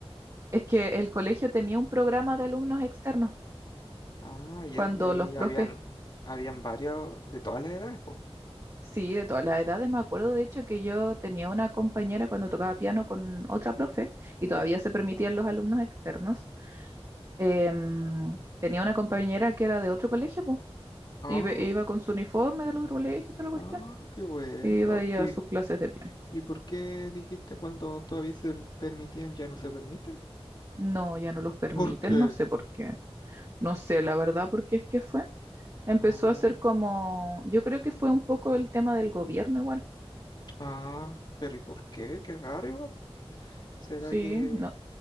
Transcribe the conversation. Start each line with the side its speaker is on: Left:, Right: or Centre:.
Right: es que el colegio tenía un programa de alumnos externos
Left: Ah, y,
Right: cuando
Left: es- y ahí
Right: los profes,
Left: habían, habían varios de todas las edades, pues.
Right: sí, de todas las edades, me acuerdo de hecho que yo tenía una compañera cuando tocaba piano con otra profe y
Left: Ya.
Right: todavía se permitían los alumnos externos em, tenía una compañera que era de otro colegio, po,
Left: Ah,
Right: y ve- iba con su uniforme del otro colegio y toda la cuestión,
Left: ah, qué bueno.
Right: y iba
Left: Oh,
Right: ella
Left: ¿Y,
Right: a sus clases de piano.
Left: y por qué dijiste cuando todavía se permitían, ya no se permiten?
Right: No, ya no los permiten,
Left: ¿Por qué?
Right: no sé por qué, no sé la verdad por qué es que fue. Empezó
Left: Ah,
Right: a ser como, yo creo que fue un poco el tema del gobierno igual,
Left: ah, pero ¿y por qué? Qué raro igual. ¿Será
Right: sí,
Left: que
Right: no,